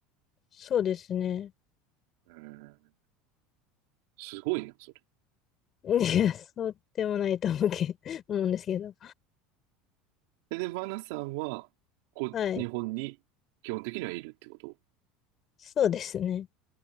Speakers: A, on the left; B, on the right.
A: そうですね。
B: うん、すごいな、それ。
A: いや、そうでもないと思うけ、思うんですけど。
B: で、で、バナさんは、こう、
A: はい。
B: 日本に基本的にはいるってこと
A: そうですね。